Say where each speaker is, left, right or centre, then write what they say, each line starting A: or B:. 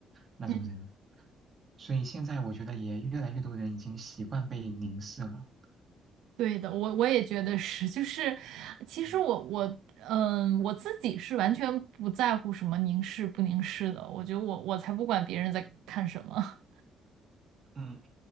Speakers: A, on the right; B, on the right.
A: 那种人。
B: 嗯，
A: 所以现在我觉得也越来越多人已经习惯被凝视了。
B: 对的，我我也觉得是，就是其实我我嗯我自己是完全不在乎什么凝视不凝视的，
A: 嗯
B: 我觉得我我才不管别人在看什么。
A: 嗯，